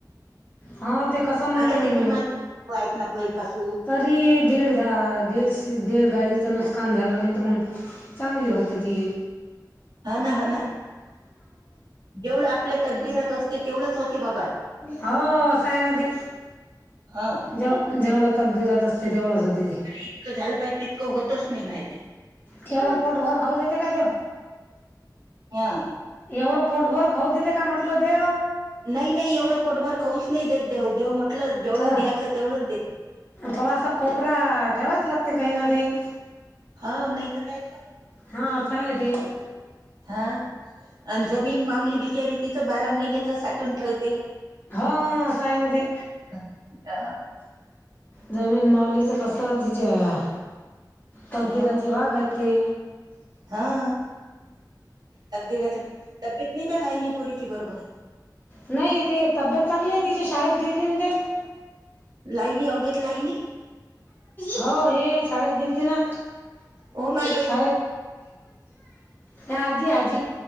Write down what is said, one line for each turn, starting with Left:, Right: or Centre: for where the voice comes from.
Left: हा ते कसं मंग
Right: आता ते तुम्हाला <unintelligible>
Left: तरी दीड जा दीडशी दीड गाडीचं नुकसान झालं नाही तर मग चांगली होत ती.
Right: हा ना हा ना जेवढं आपल्या तकदीरात
Left: <unintelligible>
Right: असते तेवढंच होते बाबा
Left: हो साय नदी
Right: हा
Left: जेव जेवढं तगदीरात असते तेवढंच होती तेी.
Right: इतकं झालं पाहिजे तितकं होतच नाही <unintelligible>
Left: केवढं पोटभर खाऊ देते का देव.
Right: हा.
Left: एवढं पोटभर खाऊ देते का म्हटलं देव.
Right: नाही नाही एवढं पोटभर खाऊ नाही देत देव देव म्हटलं जेवढं
Left: थोडा
Right: द्यायचं तेवढंच देतो.
Left: थोडासा कोपरा ठेवाच लागते काही ना काही.
Right: हा नाही तर कायच.
Left: हां अस आहे ते.
Right: हा आणि जमीन मावली बिचारी तिचं बारा महिन्याच साठून ठेवते.
Left: हो अस आहे ना ते.
Right: हा
Left: जमीन माउलीच कस तिच्या तकदीराचे
Right: हा.
Left: भाग आहेत ते,
Right: हा. तकदीराच्या तब्येत नाही का झायली पोरीची बरोबर.
Left: नाही ते तब्येत चांगली आहे तिची शाळेत गेलली न ती.
Right: लाईनी अवघेत लाईनी
Left: हो हे. शाळेत गेलती ना
Right: ओ माय बाई
Left: शाळेत त्या आजी आजी.